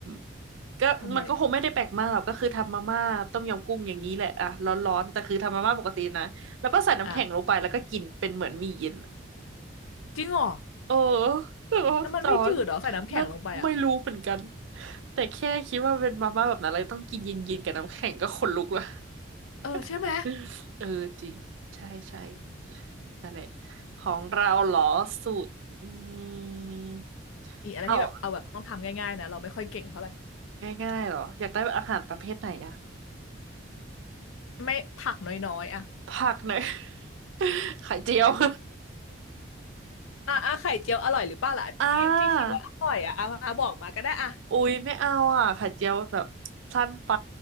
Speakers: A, on the right; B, on the left.
A: ำก็มันก็คงไม่ได้แปลกมากหรอกก็คือทำมาม่าต้มยำกุ้งอย่างนี้แหละอะร้อนๆแต่คือทำมาม่าปกตินะแล้วก็ใส่น้ำแข็งลงไปแล้วก็กินเป็นเหมือนหมี่เย็นอะ
B: ทำอะไรอ่ะจริงเหรอ
A: เออแล้วก็สอน
B: แล้วมันไม่จืดเหรอใส่น้ำแข็งลงไปอะ
A: นั่นไม่รู้เหมือนกันแต่แค่คิดว่าเป็นมาม่าแบบนั้นเลยต้องกินเย็นๆกับน้ำแข็งก็ขนลุกละ
B: เออใช่ไหม
A: <laughs> เออจริงใช่ใช่นั่นแหละของเราเหรอสูตรอืม
B: มีอะไรที่แบบเอาแบบต้องทำง่ายๆนะเราไม่ค่อยเก่งเท่าไหร่
A: เอา ง่ายๆเหรออยากได้อาหารประเภทไหนอะ
B: ไม่ผักน้อยๆอ่ะ
A: ผักหน่อย <laughs> ไข่เจียว <laughs>
B: อ่ะอ่ะไข่เจียวอร่อยหรือเปล่าล่ะที่ที่คิดว่าอร่อยอ่ะอ่ะมาบอกมาก็ได้อ่ะ
A: อ่าอุ๊ยไม่เอาอ่ะไข่เจียวแบบสั้นไป